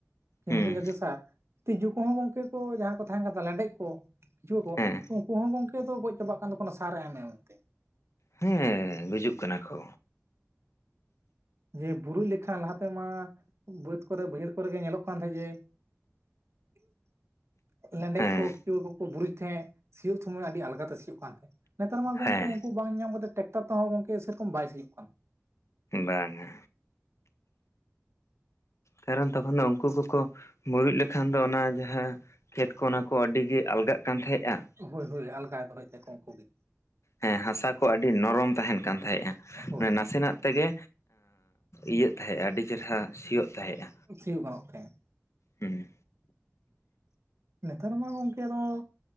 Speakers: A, on the right; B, on the left.
A: ᱠᱮᱢᱤᱠᱮᱞ
B: ᱦᱩᱸ
A: ᱡᱟᱛᱤᱳ ᱥᱟᱨ ᱛᱤᱡᱩ ᱠᱚᱦᱚᱸ ᱜᱚᱝᱠᱮ ᱠᱚ ᱡᱟᱦᱟᱸ ᱠᱚ ᱛᱟᱦᱮᱱ ᱠᱟᱱ ᱞᱮᱸᱰᱮᱫ ᱠᱚᱼᱼ ᱠᱮᱪᱩᱳ ᱠᱚ
B: ᱦᱮᱸ
A: ᱩᱱᱠᱩ ᱦᱚᱸ ᱜᱚᱝᱠᱮ ᱫᱚ ᱜᱚᱡ ᱪᱟᱵᱟᱜ ᱠᱟᱱ ᱫᱚᱠᱚ ᱥᱟᱨ ᱮᱢ ᱮᱢ ᱛᱮ᱾
B: ᱦᱮᱸ ᱜᱩᱡᱩᱜ ᱠᱟᱱᱟ ᱠᱚ᱾
A: ᱡᱮ ᱵᱩᱨᱩᱡ ᱞᱮᱠᱷᱟᱱ ᱞᱟᱦᱟᱛᱮᱢᱟ ᱵᱟᱹᱫᱽ ᱠᱚᱨᱮ ᱵᱟᱹᱭᱦᱟᱹᱲ ᱠᱚᱨᱮᱜ ᱧᱮᱞᱚᱜ ᱠᱟᱱ ᱛᱟᱦᱮᱸᱜ ᱡᱮᱼᱼ <inaudible> ᱞᱮᱸᱰᱮᱫ
B: ᱦᱮᱸ
A: ᱠᱩ ᱠᱤᱭᱩ ᱠᱩᱠᱩ ᱵᱩᱨᱩᱡ ᱛᱟᱦᱮᱸᱜ ᱥᱤᱭᱳᱜ ᱥᱚᱢᱚᱭ ᱟᱹᱰᱤ ᱟᱞᱜᱟᱛᱮ ᱥᱤᱭᱳᱜ ᱠᱟᱱ ᱛᱟᱦᱮᱸᱜ᱾ ᱱᱮᱛᱟᱨ ᱢᱟ
B: ᱦᱮᱸ
A: ᱜᱚᱝᱠᱮ ᱩᱱᱠᱩ ᱵᱟᱝ ᱧᱟᱢ ᱠᱟᱛᱮᱫ ᱴᱮᱠᱴᱟᱨ ᱛᱮᱦᱚᱸ ᱜᱚᱝᱠᱮ ᱥᱮᱨᱚᱠᱚᱢ ᱵᱟᱭ ᱥᱤᱭᱳᱜ ᱠᱟᱱᱟ᱾
B: ᱵᱟᱝᱼᱟ᱾ ᱠᱟᱨᱚᱱ ᱛᱚ ᱠᱷᱚᱱ ᱫᱚ ᱩᱱᱠᱩ ᱠᱚᱠᱚ ᱢᱩᱨᱩᱡ ᱞᱮᱠᱷᱟᱱ ᱫᱚ ᱚᱱᱟ ᱡᱟᱦᱟᱸᱼᱼ ᱠᱷᱮᱛ ᱠᱚ ᱚᱱᱟ ᱠᱚ ᱟᱹᱰᱤ ᱜᱮ ᱟᱞᱜᱟᱜ ᱠᱟᱱ ᱛᱟᱦᱮᱸᱫᱼᱟ
A: ᱦᱳᱭ ᱦᱳᱭ ᱟᱞᱜᱟᱜ ᱫᱚᱦᱚᱭᱮᱫ ᱛᱟᱦᱮᱸᱟᱠᱚ ᱩᱱᱠᱩ ᱜᱮ᱾
B: ᱦᱮᱸ ᱦᱟᱥᱟ ᱠᱚ ᱟᱹᱰᱤ ᱱᱚᱨᱚᱢ ᱛᱟᱦᱮᱱ ᱠᱟᱱ ᱛᱟᱦᱮᱸᱜᱼᱟ
A: ᱦᱳᱭ
B: ᱱᱟᱥᱮ ᱱᱟᱜᱼᱼ ᱛᱮᱜᱮ ᱤᱭᱟᱹᱜ ᱛᱟᱦᱮᱸᱜᱼᱟ ᱟᱹᱰᱤ ᱪᱮᱨᱦᱟ ᱥᱤᱭᱚᱜ ᱛᱟᱦᱮᱸᱜᱼᱟ᱾
A: ᱥᱤ ᱜᱟᱱᱚᱜ ᱛᱟᱦᱮᱸᱜ᱾
B: ᱦᱩᱸ
A: ᱱᱮᱛᱟᱨ ᱢᱟ ᱜᱚᱢᱠᱮ ᱟᱸᱫᱚ